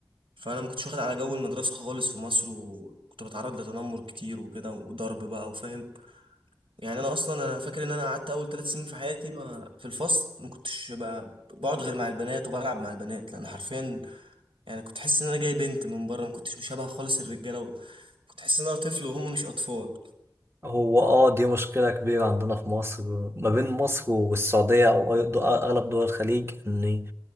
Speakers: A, on the right; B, on the right.
A: فانا ما كنتش واخد على جو المدرسه خالص في مصر وكنت بتعرض لتنمر كتير وكده وضرب بقى وفاهم يعني انا اصلا انا فاكر ان انا قعدت اول ثلاث سنين في حياتي ما في الفصل ما كنتش ب- بقعد غير مع البنات وبلعب مع البنات لان حرفيا يعني كنت حاسس ان انا جاي بنت من بره ما كنتش مشابه خالص الرجاله و- كنت حاسس ان انا طفل وهم مش اطفال
B: هو اه دي مشكله كبيره عندنا في مصر ما بين مصر والسعوديه او أي- دو- اغلب دول الخليج ان